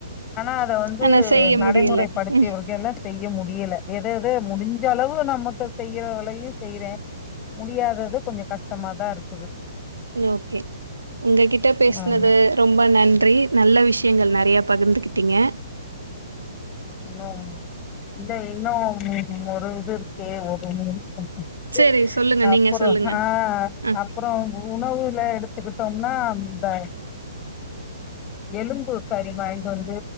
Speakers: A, on the left; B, on the right.
A: ஆனா அத வந்து
B: ஆனா செய்ய
A: நடைமுறைப்படுத்தியவர்கெல்லா
B: முடியல. ம்
A: செய்ய முடியல எத எத முடுஞ் சளவு நமக்கு செய்யற் வேலையு செய்றே முடியாதது கொஞ்சொ கஷ்டமாதா இருக்குது
B: ஓகே உங்ககிட்ட பேசுனது
A: ஆமா
B: ரொம்ப நன்றி நல்ல விஷ்யங்கள் ந றையா பகிர்ந்துகிட்டீங்க
A: இன்னும் இந்த இன்னும் ஒரு இது இருக் ஏ ஒரு <unintelligible>
B: சரி சொல்லுங்க.
A: அப்பறோ
B: நீங்க சொல்லுங்க.
A: ஹ
B: அ.
A: அப்றோ உணவுல எடுத் கத்துக்கிட்டோம்னா இந்த எலும்பு கறி வாய்ன்ட்டு வந்து